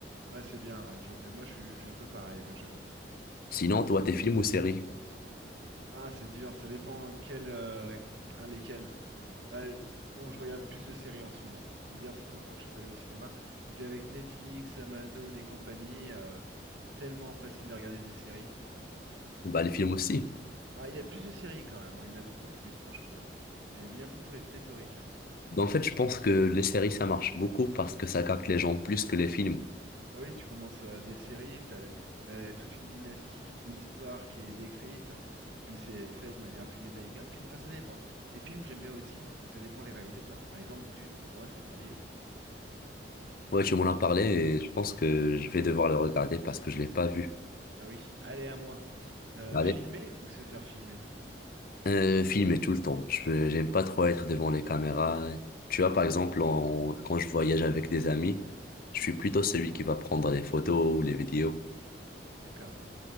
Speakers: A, on the right; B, on the left.
A: Ouais, c'est bien, ouais. je- euh, Moi, je suis, je suis un peu pareil, ouais, j'avoue.
B: Sinon, toi, tes films ou séries?
A: Ah, c'est dur, ça dépend quel, euh, ah, lesquels. Bah, bon, je regarde plus de séries en ce moment. Faut le dire, ça fait longtemps que je suis pas allé au cinéma. Puis avec Netflix, Amazon et compagnie, euh, c'est tellement facile de regarder des séries. Enfin,
B: Bah, les films aussi.
A: bah, il y a plus de séries quand même, hein, Il y en a beaucoup plus, hein, je trouve. hein. C'est bien plus plé- pléthorique. hein.
B: Bah, En fait, je pense que les séries, ça marche beaucoup parce que ça capte les gens plus que les films.
A: Bah oui, tu commences euh, des séries, t'as, t'as toute une dynastie, toute une histoire qui est décrite, et puis c'est fait de manière plus détaillée qu'un film. Enfin, ça dépend. Les films, j'aime bien aussi, ça dépend les réalisateurs. Par exemple, Dune, pour moi, c'est merveilleux.
B: Ouais, tu m'en as parlé et je pense que je vais devoir le regarder parce que je l'ai pas vu.
A: Bah oui, allez à moi. Euh,
B: Allez.
A: filmer ou se faire filmer?
B: Euh, filmer tout le temps. Je, j'aime pas trop être devant les caméras. Tu vois, par exemple, en- quand je voyage avec des amis, je suis plutôt celui qui va prendre les photos ou les vidéos.
A: D'accord.